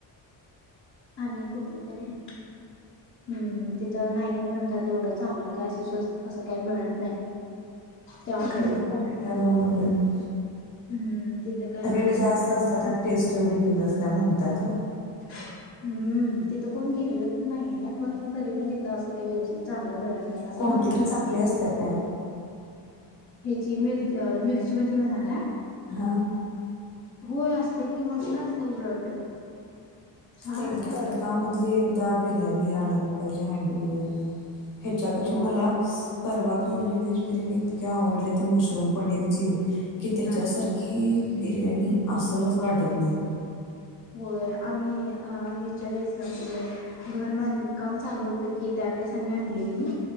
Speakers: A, on the left; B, on the left.
A: -आणि कुठलं तरी- हम्म तिथं नाही म्हणतात एवढं चांगलं काय असं खास विशेष असं काही मिळत नाही. त्या
B: कुठलं
A: हॉटेलमध्ये
B: तरी हॉटेल <unintelligible>
A: हम्म तिथं काय
B: रेट
A: एवढं असं
B: जास्त
A: मिळत
B: असतात
A: नाही.
B: आणि टेस्ट एवढी हे नाही. असं म्हणतात हं.
A: हम्म -तिथं कोण गेलेलं पण नाहीये. पण तरी पण, तिथं असं काही व्यवस्थित चांगलं मिळत- नाही असं
B: क्वांटिटी
A: म्हणतात.
B: चांगली असते काय?
A: ह्याची मिरची अ मिरची मधली म्हणाला-
B: हा.
A: होय, असतय कि मस्त असते उलट- छान
B: एकदा
A: असत्या
B: तडका मधली एकदा बिर्याणी आणाय- <unintelligible> ह्याच्यापेक्षा
A: होय
B: मला- परवा खाल्लेली व्हेज बिर्याणी- इतक्या आवडल्या की मशरूम पनीरची कि तिच्या
A: हा.
B: सारखी- बिर्याणी अस्सलच वाटत नाही.
A: होय, आम्ही अ ह्याच्या वेळेस म्हणजे -घर बांध काम चालू होत की त्यावेेळेस आम्ही आणलेली-